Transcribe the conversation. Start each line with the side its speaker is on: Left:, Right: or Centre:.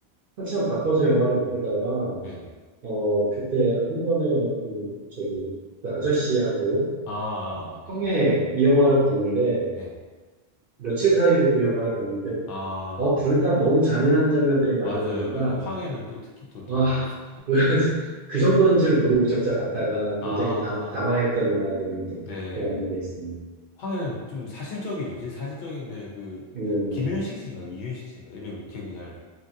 Right: 한참 바빠서 영화를 못 보다가,
Left: 네네.
Right: 어, 그때 한 번에 그, 저기, 그 아저씨하고
Left: 아, 아, 예.
Right: 형의 이 영화를 봤는데,
Left: 네.
Right: 며칠 사이로 그 영화를 봤는데,
Left: 아.
Right: 어, 둘 다 너무 잔인한 장면들이
Left: 맞아요,
Right: 많이 나오니까,
Left: 맞아요. 황해는 또 특히 또 더,
Right: 아,
Left: 그렇죠.
Right: <laughs> 그래서 그 정도인 줄 모르고 저자 갔다가 굉장히
Left: 아,
Right: 당, 당황했던 영화들을 또
Left: 네.
Right: 그런 데 있었네요.
Left: 황해는 좀 사실적이죠. 진짜 사실적인데, 그,
Right: 음,
Left: 김윤식 씨인가, 이윤식 씨인가, 이름이 기억이 잘,